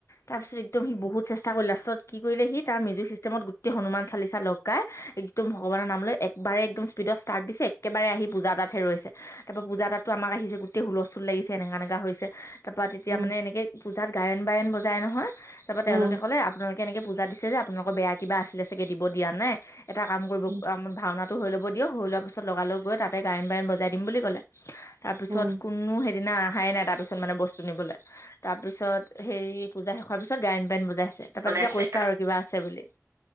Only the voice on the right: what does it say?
উম
উম
উম
উম
বুজাইছে